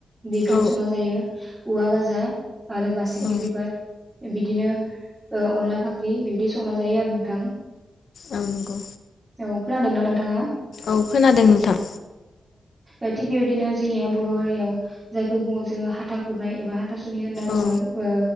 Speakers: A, on the right; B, on the left.
A: बिब्दिबो
B: औ
A: संना जायो औवा गाज आरो बासिग्रि
B: औ
A: बिबार बिदिनो ओ अनला फाख्रि बिब्दि संना जायो आरो नोंथां।
B: औ नंगौ
A: औ खोनादों ना नोंथाङा?
B: औ खोनादों नोंथां।
A: ओ थिग बेबायदिनो जोंनिया बर' हारियाव जायखौ बुङो जोङो हाथा खुरनाय एबा थासुनि होनना बुङो
B: औ
A: ओ